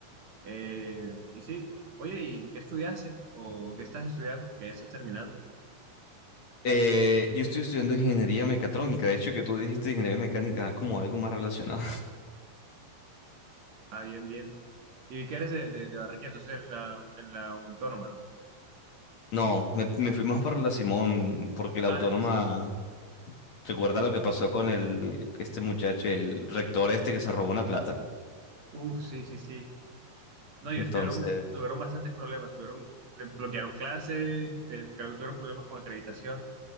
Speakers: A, on the right; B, on the left.
A: Eh, y sí, oye, ¿y qué estudiaste? ¿O qué estás estudiando? qué estás terminando.
B: Eh, yo estoy estudiando ingeniería mecatrónica, de hecho que tú dijiste ingeniería mecánica, es como algo más relacionado.
A: Ah, bien, bien. ¿Y vi que eres de, de, de Barranquilla? Entonces, en la, en la Unión Autónoma, ¿no?
B: No, me, me fui más para la Simón, porque la
A: Ah,
B: autónoma
A: en la Simón.
B: recuerda lo que pasó con el, este muchacho, el rector este que se robó una plata.
A: Uf, sí, sí, sí. No, y
B: Entonces,
A: estuvieron, tuvieron bastantes problemas. Tuvieron, le bloquearon clases, eh, creo que tuvieron problemas con acreditación.